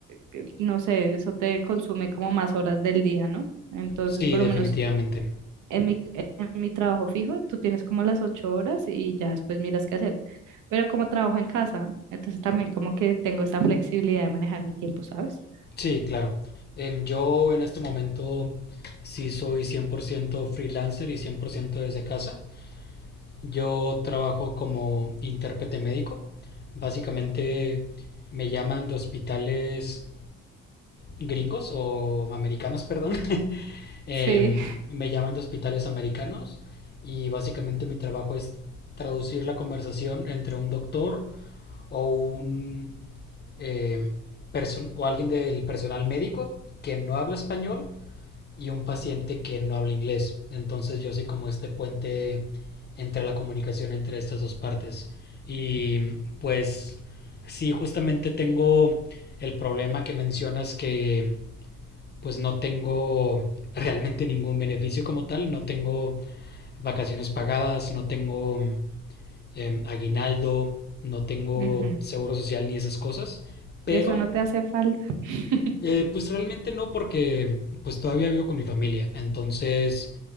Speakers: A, on the right; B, on the left.
A: que- no sé, eso te consume como más horas del día, ¿no? Entonces,
B: Sí,
A: por
B: definitivamente.
A: lo menos en mi, en mi trabajo fijo, tú tienes como las ocho horas y ya después miras qué hacer. Pero como trabajo en casa, entonces también como que tengo esa flexibilidad de manejar mi tiempo, ¿sabes?
B: Sí, claro. Em, yo en este momento sí soy 100% freelancer y 100% desde casa. Yo trabajo como intérprete médico. Básicamente me llaman de hospitales gringos o americanos, perdón. <laughs> Em,
A: Sí.
B: me llaman de hospitales americanos y básicamente mi trabajo es traducir la conversación entre un doctor o un em, perso- o alguien del personal médico que no habla español y un paciente que no habla inglés. Entonces yo soy como este puente entre la comunicación entre estas dos partes. Y pues sí, justamente tengo el problema que mencionas que pues no tengo realmente ningún beneficio como tal, no tengo vacaciones pagadas, no tengo eh, aguinaldo, no tengo
A: Ujú.
B: seguro social ni esas cosas, pero
A: Y eso no te hace falta. <laughs>
B: eh, pues realmente no porque pues todavía vivo con mi familia, entonces